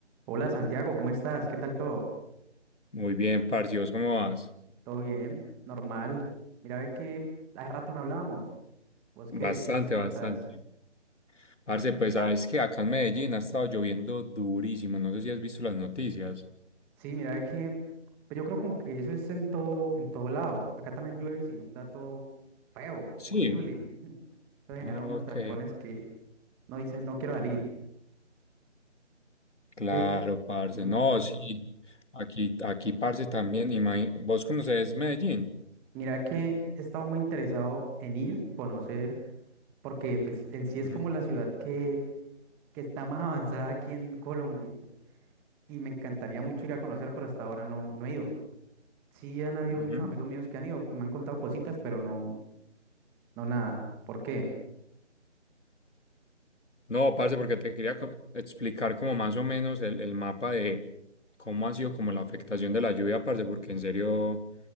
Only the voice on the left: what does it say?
Muy bien, parce, ¿y vos cómo vas?
Bastante,
bastante. Parce, pues sabes que acá en Medellín ha estado lloviendo durísimo. No sé si has visto las noticias.
Sí.
Ok.
Claro,
parce.
No, sí. Aquí, aquí, parce, también. imagi- ¿Vos conoces Medellín?
Ujú,
ujú.
No, parce, porque te quería co- explicar como más o menos el, el mapa de cómo ha sido como la afectación de la lluvia, parce, porque en serio